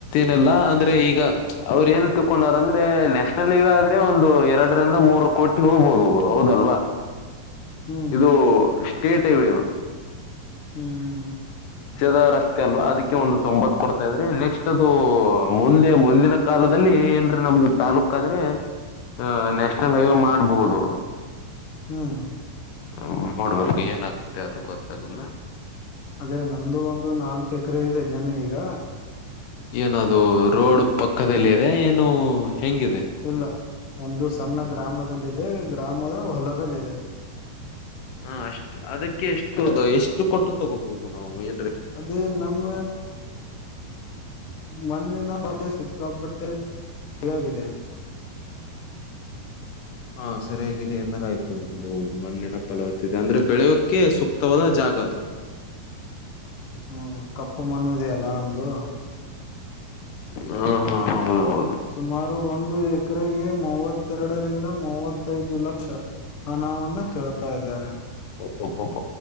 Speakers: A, on the left; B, on the left.
A: ನಲ್ಲಾ ಅಂದ್ರೆ ಈಗ ಅವ್್ರ ಏನ್ ತಕೊಂಡರ್ ಅಂದ್ರೆ ನ್ಯಾಷನಲ್ ಹೈವೇ ಆದ್ರೆ ೆ ಒಂದು ಎರಡರಿಂದ ಮೂರು ಕೋಟಿ ಹೋಗ್ಬೋದುದು ಹೌದಲ್ವಾ
B: ಹ್ಮ್
A: ಇದು ಸ್ಟೇಟ್ ಹೈವೇದು
B: ಹ್ಮ್ ಹ್ಮ್
A: ದ ರಸ್ತೆ ಅಲ್ವಾ ಅದಕ್ಕೆ ಒಂದು ತೊಂಬತ್ತು ಕೊಡ್ತಾ ಇದಾರೆ ನೆಕ್ಸ್ಟ್ ಅದು ಮುಂದೆ ಮುಂದಿನ ಕಾಲದಲ್ಲಿ ಅಂದ್ರೆ ನಮ್ದು ತಾಾಲೂಕ ಆದ್ರೆ ಅಹ ನ್ಯಾಷನಲ್ ಹೈವೇ ಮಾಡಬಹುದು ಅದು
B: ಹ್ಮ್
A: ಹ ನೋಡ್ಬೇಕು ಏನಾಗತ್ತೆ ಅದು ಗೊತ್ತಾಗಲ್ಲ
B: ಅದೇ ನಮ್ದು ಒಂದು ನಾಲ್ಕು ಎಕರೆ ಇದೆ ಜಮೀನ್ ಈಗ
A: ಏನದು ರೋಡ್ ಪಕ್ಕದಲ್ಲ ಇದೆ ಏನು ಹೆಂಗಿದೆ
B: ಇಲ್ಲ
A: ನಿಮ್ದು?
B: ಒಂದು ಸಣ್ಣ ಗ್ರಾಮದಲ್ಲಿದ್ದ ಅ ಗ್ರಾಮದ ಹೊಲ್ಲದಲ್ಲಿದೆ
A: ಹ ಅಷ್ಟ್ ಅದಕ್ಕೆ ಎಷ್ಟು ಎಷ್ಟು ಕೊಟ್ಟು ತಗೋಬಹುದು ನಾವು ಎ
B: ಅದೇ ನಮ್ಮ ಮಣ್ಣಿನ ಪಟ್ಟೆ ಸಿಕ್ಕ ಫಟ್ಟೆ ಸಿಯಾಕೇ
A: ಹಾ ಸರಿಯಾಗಿದೆ ಎನ್ನಾಗಾಯ್ತು ನಿಮ್ದು ಮಣ್ಣಿನ ಫಲವ ಅಂದ್ರೆ ಬೆಳೆಯೋಕೆ ಸೂಕ್ತವಾದ ಜಾಗ ಅದು
B: ಹಞ ಕಪ್ಪು ಮಣ್ಣು ಇದೆಯಲ್ಲ ನಮ್ಮದು
A: ಹ ಹಾ ಹಾ ಹೌದು ಹೌದು
B: ಸುಮಾರು ಒಂದು ಎಕರೆಗೆ ಮೂವತ್ತೆರಡರಿಂದ ಮೂವತ್ತೈದು ಲಕ್ಷ ಹಣನ್ನ ಕೇಳ್ತಾ ಇದ್ದಾರೆ
A: ಪಪ್ಪಪ್ಪ